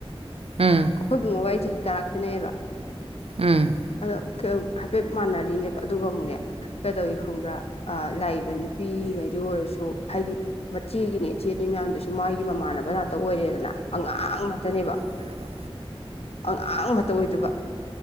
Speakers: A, on the right (about 70°); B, on the left (about 80°).
A: ꯎꯝ
B: ꯑꯩꯈꯣꯏꯒꯨꯡꯕ ꯋꯥꯔꯤ ꯆꯍꯤ ꯇꯔꯥ ꯈꯦꯠꯅꯩꯌꯦꯕ
A: ꯎꯝ
B: ꯑꯗꯣ ꯍꯥꯏꯐꯦꯠ ꯃꯥꯟꯅꯔꯤꯅꯦꯕ ꯑꯗꯨꯒ ꯑꯃꯨꯛꯅꯦ ꯀꯩꯗꯧꯏ ꯈꯪꯕ꯭ꯔꯥ ꯂꯥꯏ ꯅꯨꯄꯤꯉꯩꯗ ꯑꯣꯏꯔꯁꯨ ꯍꯥꯏꯗꯤ ꯃꯆꯦꯒꯤꯅꯤ ꯏꯆꯦꯅꯤ ꯃꯌꯥꯝꯗꯨꯁꯨ ꯃꯥꯒꯤ ꯑꯩꯒꯤ ꯃꯃꯥꯟꯅꯕ ꯉꯥꯛꯇ ꯑꯣꯏꯔꯦꯗꯅ ꯑꯉꯥꯡ ꯉꯥꯛꯇꯅꯦꯕ
A: ꯊꯕ
B: ꯑꯉꯥꯡ ꯑꯃꯇ ꯑꯣꯏꯗꯕ